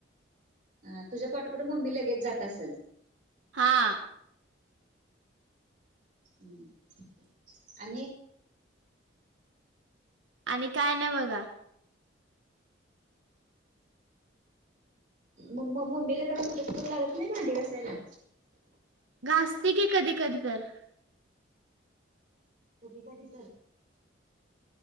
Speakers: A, on the right (about 40°); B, on the right (about 75°).
A: अ तुझ्या पाठोपाठ मम्मी लगेच जात असल.
B: हा
A: हम्म आणि
B: आणि काय नाय बघा.
A: म म मम्मीला जरा मदत करू लागत नाही भांडी घासायला.
B: घासते की कधी कधी तर
A: कधी कधी तर